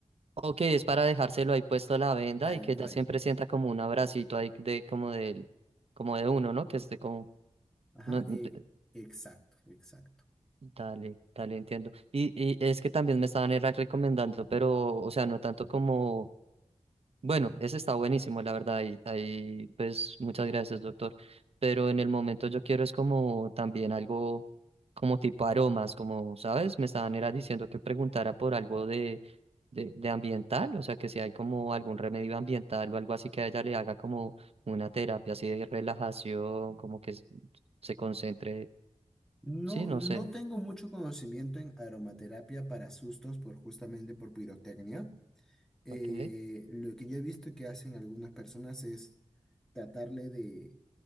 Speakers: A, on the right; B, in the centre.
A: ok, es para dejárselo ahí puesto la venda
B: tal
A: y que
B: cual.
A: ella siempre sienta como un abracito ahí de como del, como de uno, ¿no? Que esté como,
B: Ajá,
A: no, n-
B: eh,
A: eh,
B: exacto, exacto.
A: dale, dale, entiendo. Y, y es que también me estaban era recomendando, pero, o sea, no tanto como Bueno, ese está buenísimo, la verdad, y ahí pues muchas gracias, doctor. Pero en el momento yo quiero es como también algo como tipo aromas, como, ¿sabes? Me estaban era diciendo que preguntara por algo de, de, de ambiental, o sea, que si hay como algún remedio ambiental o algo así que a ella le haga como una terapia así de relajación, como que s- se concentre,
B: No,
A: sí, no
B: no
A: sé.
B: tengo mucho conocimiento en aromaterapia para sustos por justamente por pirotecnia. Eh,
A: Ok.
B: lo que yo he visto que hacen algunas personas es tratarle de,